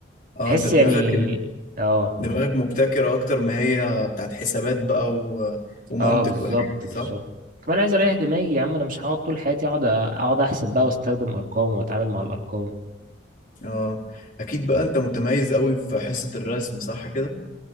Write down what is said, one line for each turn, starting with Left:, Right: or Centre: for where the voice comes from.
Left: اه
Right: بحس
Left: انت دماغك
Right: يعني
Left: ال...
Right: اه
Left: دماغك مبتكرة اكتر ما هي بتاعت حسابات بقى و... ومنطق
Right: اه بالظبط
Left: والحاجات دي
Right: بالظبط
Left: صح
Right: كمان عايز اريح دماغي يا عم انا مش هقعد طول حياتي اقعد أ- اقعد احسب بقى واستخدم ارقام واتعامل مع الارقام
Left: اه اكيد بقى انت متميز قوي في حصة الرسم صح كده